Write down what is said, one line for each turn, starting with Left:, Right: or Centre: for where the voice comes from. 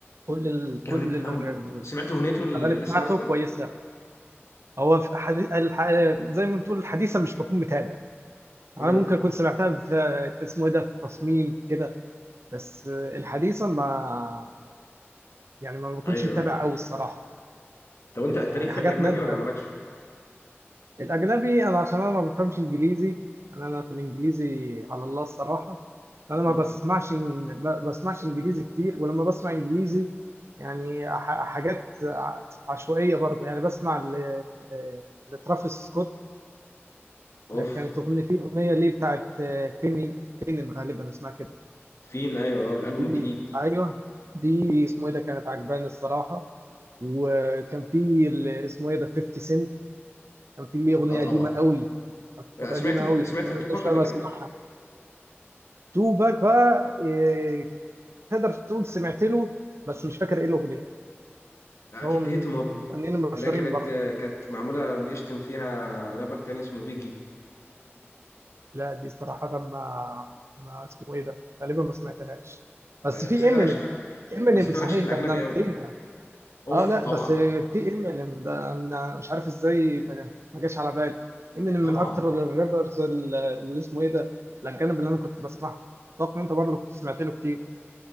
Right: كل ال...
Left: جامد
Right: كل ال-
Left: قوي سمعت اغنيته اللي
Right: الأغاني بتاعته
Left: لسه نازله؟
Right: كويسة هو في حدي... الح... زي ما بتقول الحديثة مش بكون متابع أنا
Left: امم
Right: ممكن أكون سمعتها في اسمه إيه ده في تصميم كده بس الحديثة ما يعني ما بكونش
Left: ايوه
Right: متابع
Left: ايوه
Right: أوي الصراحة
Left: طب انت انت
Right: يعني
Left: ليك في
Right: حاجات
Left: الاجنبي
Right: نادرة
Left: ولا مالكش؟
Right: الأجنبي أنا عشان أنا ما بفهمش إنجليزي أنا أنا في الإنجليزي على الله الصراحة فأنا ما
Left: مم.
Right: بسمعش ما بسمعش إنجليزي كتير ولما بسمع إنجليزي يعني ح- حاجات ع- عشوائية برضو يعني بسمع ل- آه، لترافيس سكوت
Left: اوف
Right: كانت أغنية فيه أغنية ليه بتاعت آه، فيني فينن غالبا اسمها كده
Left: فين ايوه اه الالبوم
Right: دي
Left: الجديد
Right: أيوه دي اسمه إيه ده كانت عجباني الصراحة وكان في ال- اسمه إيه ده 50 سنت كان في ليه أغنية
Left: اه طبعا
Right: قديمة قوي
Left: آه،
Right: قديمة
Left: سمعت ال...
Right: قوي
Left: سمعت
Right: كنت كل
Left: التوباك
Right: شوية
Left: قبل
Right: بسمعها
Left: كده؟
Right: تو باك بقى إيه، تقدر تقول سمعت له بس مش فاكر إيه الأغنية
Left: اكيد
Right: هو من
Left: هيت
Right: المغنيين
Left: ام اب
Right: المشهورين
Left: لا كانت
Right: برضه
Left: كانت معموله بيشتم فيها رابر تاني اسمه بيجي
Right: لا دي صراحة ما ما اسمه إيه ده غالبا ما سمعتهاش بس
Left: أيوة،
Right: في
Left: بس انت
Right: إمينيم
Left: مالكش في
Right: إمينيم
Left: بس انت
Right: صحيح
Left: مالكش في الاجنبي
Right: ده إحنا نسينا
Left: قوي اوف
Right: أه لا
Left: طبعا
Right: بس في إمينيم ده أنا مش عارف إزاي ما ما جاش على بالي إمينيم
Left: طبعا
Right: من أكتر الرابرز اللي اسمه إيه ده الأجانب اللي أنا كنت بسمعهم أتوقع إن أنت برضه كنت سمعت له كتير